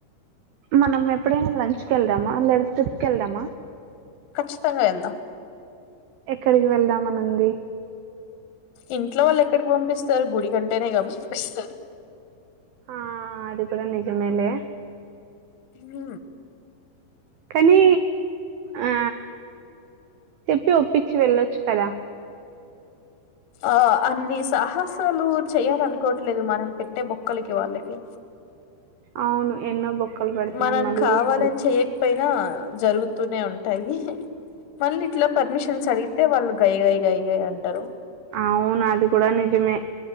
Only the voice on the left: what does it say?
ఖచ్చితంగా వెళ్దాం
ఇంట్లో వాళ్ళు ఎక్కడికి పంపిస్తారు గుడి కంటేనేగా పంపిస్తారు
ఉ
ఆ అన్ని సాహసాలు చెయాలనుకోవట్లేదు మనం పెట్టే బొక్కలకి వాళ్ళకి
మనం
కావాలని
చెయకపోయినా జరుగుతూనే ఉంటాయి మళ్ళీ ఇట్లా పర్మిషన్స్ అడిగి అయితే వాళ్ళు గై గై గై గై అంటారు